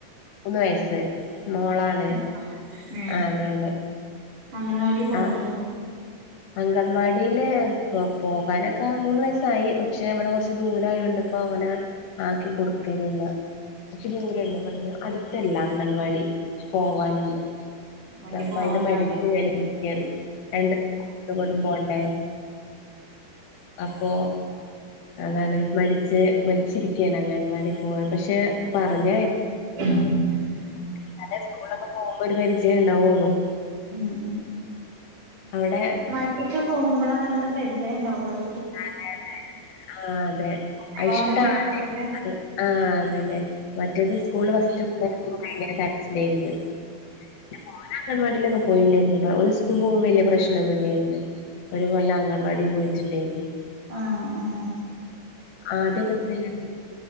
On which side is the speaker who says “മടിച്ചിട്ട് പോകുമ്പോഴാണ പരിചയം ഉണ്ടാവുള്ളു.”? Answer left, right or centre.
Right